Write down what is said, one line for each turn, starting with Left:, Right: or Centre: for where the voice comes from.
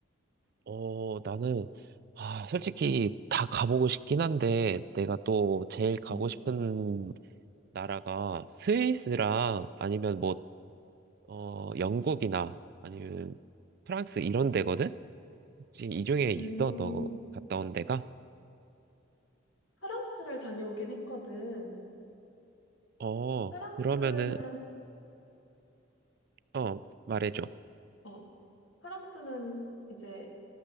Right: 어, 나는, 아, 솔직히 다 가보고 싶긴 한데, 내가 또 제일 가고
Left: 응.
Right: 싶은 나라가 스위스랑 아니면 뭐, 어, 영국이나 아니면 프랑스 이런 데거든? 혹시 이 중에 있어?
Left: 음,
Right: 너 갔다 온 데가?
Left: 프랑스를 다녀오긴 했거든.
Right: 어,
Left: 프랑스는,
Right: 그러면은 어, 말해줘.
Left: 어, 프랑스는 이제